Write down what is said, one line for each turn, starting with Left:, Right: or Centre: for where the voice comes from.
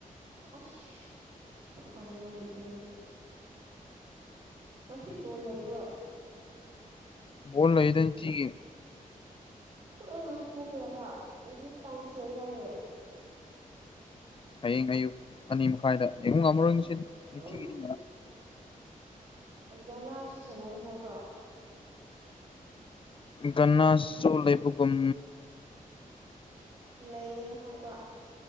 Right: ꯑꯁ ꯍꯪꯉꯔꯣꯏꯒꯦ <unintelligible> ꯃꯁꯤ ꯕꯣꯜ ꯂꯩꯕꯔꯣ
Left: ꯕꯣꯜ ꯂꯩꯗ ꯅꯤꯇꯤꯒꯤ
Right: ꯎ ꯍꯥꯄꯣꯛꯒꯦ ꯑꯗ ꯁꯤ ꯄꯟꯁ ꯂꯩ ꯍꯥꯏꯅꯦ <unintelligible>
Left: ꯍꯌꯦꯡ ꯑꯌꯨꯛ ꯑꯅꯤ ꯃꯈꯥꯏꯗ ꯌꯦꯉꯨꯡ ꯉꯝꯃꯔꯣꯏ ꯅꯨꯡꯁꯤꯗꯤꯊꯤꯒꯤꯗꯤ
Right: ꯑꯣ ꯒꯅꯥꯁꯨ ꯁꯥꯟꯅꯅꯤ ꯍꯥꯏꯕ꯭ꯔꯣ <unintelligible>
Left: ꯒꯟꯅꯁꯨ ꯂꯩꯕꯒꯨꯝ
Right: ꯂꯩꯌꯦꯅ ꯍꯥꯏꯕ